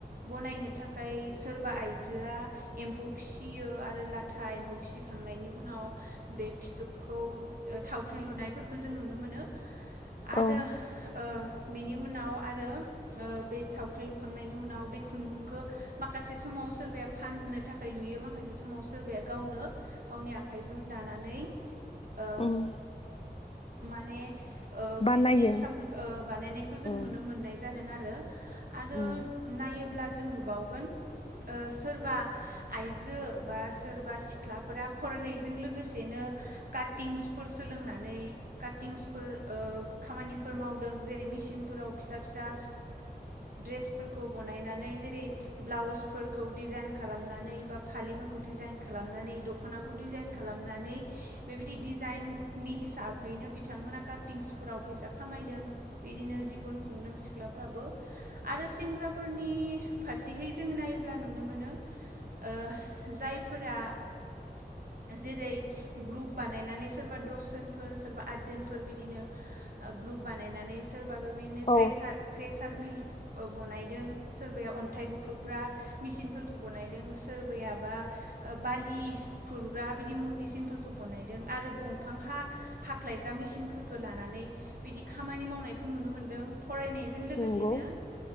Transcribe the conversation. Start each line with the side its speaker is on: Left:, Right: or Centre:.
Right: बनायनो थाखाय सोरबा आइजोआ एम्फौ फिसियो आरो लाथा एम्फौ फिसि फिसिखांनायनि उनाव बे फिथोबखौ थावख्रि लुनायफोरबो जों नुनो मोनो आरो
Left: औ
Right: ओ बिनि उनाव आरो ओ बे थावख्रि लुखांनायनि उनाव बे खुन्दुंखौ माखासे समाव सोरबाया फाननो थाखाय लुयो माखासे समाव सोरबाया गावनो गावनि आखाइजों दानानै ओ
Left: उम
Right: माने ओ
Left: बानायो
Right: बिजनेस खामनो ओ बानायनायखौ जों
Left: औ
Right: नुनो मोन्नाय जादों आरो आरो
Left: उम
Right: नायोब्ला जों नुबावगोन ओ सोरबा आइजो बा सोरबा सिख्ला फोरा फरायनायजों लोगोसेनो काटिंसफोर सोलोंनानै। काटिंसफोर ओ खामानिफोर मावदों जेरै मेसिनफोराव ओ फिसा फिसा ड्रेसफोरखौ बनायनानै जेरै ब्लाउसफोरखौ डिजाइन खालामनानै बा फालिफोरखौ डिजाइन खालामनानै द' दखनाखौ डिजाइन खालामनानै बेबायदि डिजाइननि हिसाबहैनो बिथांमोना काटिंसफोराव फैसा खामायदों। बिदिनो जिबन खुंदों सिख्लाफ्राबो आरो सेंग्राफोरनि फारसेहै जोंङो नायोब्ला नुनो मोनो। ओ जायफोरा जेरै ग्रुप बानायनानै सोरबा दसजोनफोर सोरबा आदजोनफोर बिदिनो ग्रुप बानायनानै सोरबा बे बिनो
Left: औ
Right: क्रेसार क्रेसार मिल ओ बनायदों सोरबाया अन्थाइ बुख्रुबग्रा मेचिनफोरखौ बनायदों सोरबायाबा ओ बालि खुरग्रा बिदि मु मेचिनफोरखौ बनायदों आरो ब़फां हा हाख्लायग्रा मेसिनफोरखो लानानै बिदि खामानि मावनायखो नुनो मोनदों। फरायनायजों लोगोसेनो
Left: नंगौ